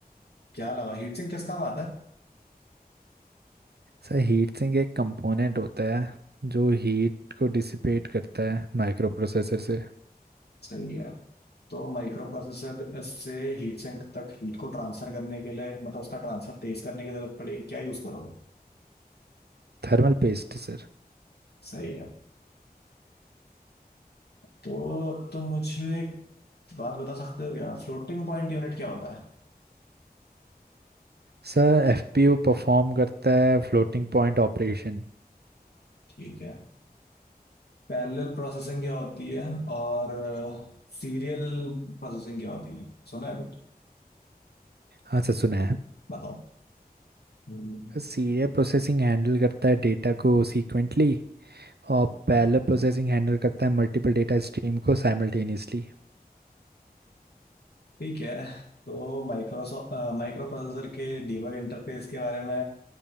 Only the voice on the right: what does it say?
सर हीट सिंक एक कंपोनेंट होता है जो हीट को डिसिपेट करता है माइक्रो प्रोसेसर से
Thermal paste sir
Sir एफपीयू perform करता है फ्लोटिंग पॉइंट ऑपरेशन
हाँ सर सुना है
सीरियल प्रोसेसिंग हैंडल करता है डेटा को सीक्वेंटली और पैरेलल प्रोसेसिंग हैंडल करता है मल्टीपल डेटा स्ट्रीम को साइमल्टेनियसली